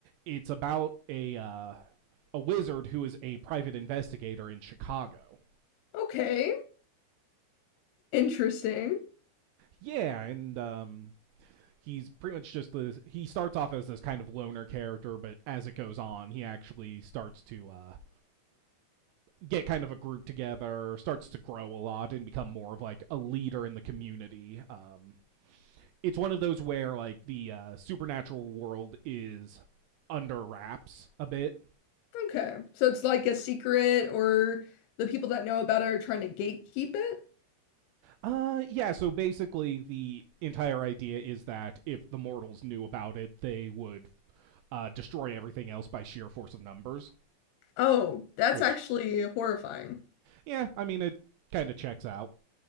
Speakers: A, on the right; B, on the left.
A: it's about a uh, a wizard who is a private investigator in chicago
B: Okay, interesting.
A: yeah and um he's pretty much just this he starts off as this kind of loner character but as it goes on he actually starts to uh get kind of a group together starts to grow a lot and become more of like a leader in the community um it's one of those where like the uh, supernatural world is under wraps a bit.
B: Okay. So it's like a secret, or the people that know about it are trying to gatekeep it?
A: Uh, yeah. So basically, the entire idea is that if the mortals knew about it, they would uh, destroy everything else by sheer force of numbers.
B: Oh, that's
A: Which,
B: actually horrifying.
A: yeah, I mean, it kind of checks out.